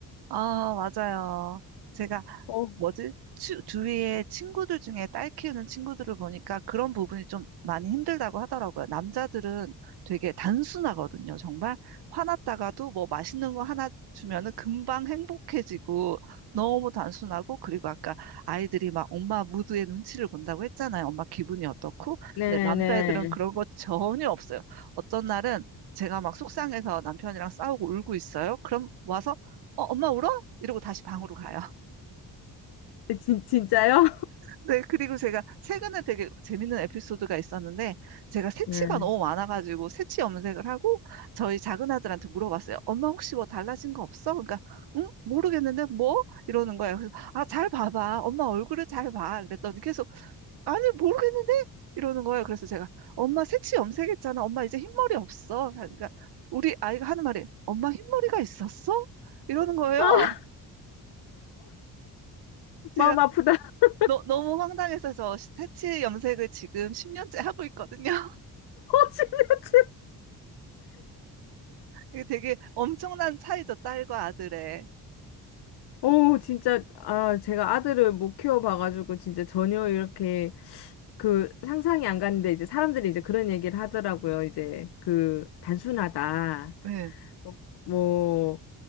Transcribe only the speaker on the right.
아, 맞아요. 제가
뭐지? 치- 주위에 친구들 중에 딸 키우는 친구들을 보니까 그런 부분이 좀 많이 힘들다고 하더라고요. 남자들은 되게 단순하거든요. 정말 화났다가도 뭐 맛있는 거 하나 주면은 금방 행복해지고 너무 단순하고 그리고 아까 아이들이 막 엄마 무드의 눈치를 본다고 했잖아요. 엄마 기분이 어떻고.
근데 남자애들은 그런 거 전혀 없어요. 어떤 날은 제가 막 속상해서 남편이랑 싸우고 울고 있어요. 그럼 와서 어, 엄마 울어? 이러고 다시 방으로 가요.
네, 그리고 제가 최근에 되게 재밌는 에피소드가 있었는데, 제가 새치가
너무 많아가지고, 새치 염색을 하고, 저희 작은 아들한테 물어봤어요. 엄마 혹시 뭐 달라진 거 없어? 그러니까, 응? 모르겠는데, 뭐? 이러는 거예요. 그래서, 아, 잘 봐봐. 엄마 얼굴을 잘 봐. 그랬더니 계속, 아니, 모르겠는데? 이러는 거예요. 그래서 제가, 엄마 새치 염색했잖아. 엄마 이제 흰머리 없어. 그러니까, 우리 아이가 하는 말이, 엄마 흰머리가 있었어? 이러는 거예요.
제가
너, 너무 황당해서 저 새치 염색을 지금 10년째 하고 있거든요. <laughs>
이게 되게 엄청난 차이죠, 딸과 아들의.
네.